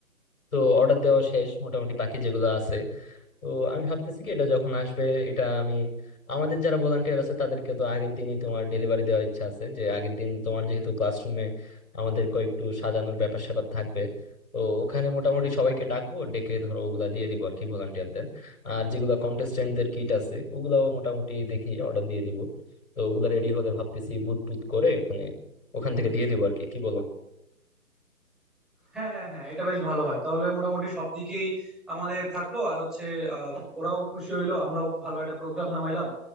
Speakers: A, on the left (about 75°); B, in the centre.
A: তো অর্ডার দেওয়া শেষ মোটামুটি বাকি যেগুলো আছে তো আমি ভাবতেছি কি এটা যখন আসবে এটা আমি আমাদের যারা ভলান্টিয়ার আছে তাদেরকে তো আগের দিনই তোমার ডেলিভারি দেওয়ার ইচ্ছা আছে যে আগের দিন তোমার যেহেতু ক্লাসরুমে আমাদের কয়েকটু সাজানোর ব্যাপার স্যাপার থাকবে তো ওখানে মোটামুটি সবাইকে ডাকবো ডেকে ধরো ওগুলা দিয়ে দিব আর কি ভলান্টিয়ারদের আর যেগুলো কন্টেস্টেন্টদের কিট আছে ওগুলাও মোটামুটি দেখি অর্ডার দিয়ে দিব তো ওগুলা রেডি হলে ভাবতেছি বুট টুট করে ওখানে ওখান থেকে দিয়ে দিব আর কি কি বলো
B: হ্যাঁ হ্যাঁ হ্যাঁ এটা বেশ ভালো হয় তাহলে মোটামুটি সব দিকেই আমাদের থাকলো আর হচ্ছে আহ, ওরাও খুশি হইলো আমরাও ভালো একটা প্রোগ্রাম নামাইলাম